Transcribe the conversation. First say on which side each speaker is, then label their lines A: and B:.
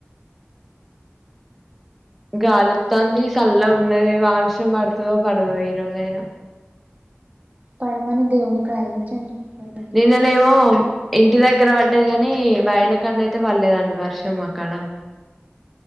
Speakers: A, in the centre; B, on the right.
A: గాాలతోంది చల్ల ఉన్నది వారషం పడుతుందో పడదో ఈ రోజయినా
B: పడమని దేవుని ప్రార్థించండి పడింది
A: నిన్ననేమో ఇంటి దగ్గర పడ్డది కాని బయల కడన అయితే పడలేదండి వర్షం అక్కడ